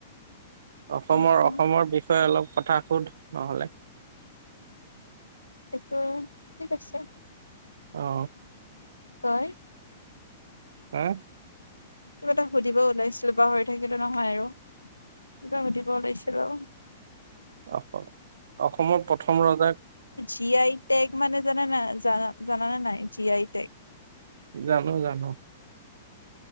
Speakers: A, on the right (about 60°); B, on the left (about 80°).
A: অসমৰ
B: অ অ
A: অসমৰ বিষয়ে অলপ কথা সোধ নহলে!
B: এটো ঠিক আছে।
A: অ।
B: পায়।
A: আ।
B: কিবা এটা সুধিব ওলাইছিলোঁ পাহৰি থাকিলো নহয় আৰু কিবা সুধিব ওলাইছিলোঁ।
A: অসম অসমৰ প্ৰথম ৰজাক।
B: টি আই টেক মানে জানা নাই জানা জানানে নাই জি আই টেক।
A: জানো জানো।